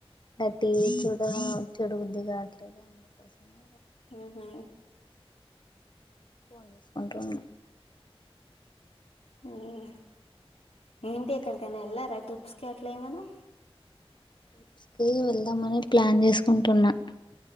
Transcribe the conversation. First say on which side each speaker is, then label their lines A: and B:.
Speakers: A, on the left (about 50°); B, on the left (about 85°).
A: నా టీ వీ చూడ చుడబుద్ధి కావట్లేదు అందుకోసమే
B: హ్మ్ హు
A: పోన్ చూసుకుంటు ఉన్న
B: మ్మ్ ఏంటి
A: ఇంకా
B: ఎక్కడికైనా వెళ్ళారా ట్రిప్ గట్ల ఏమన్నా
A: ట్రిప్స్ కి వెళ్దాంమని ప్లాన్ చేసుకుంటున్నా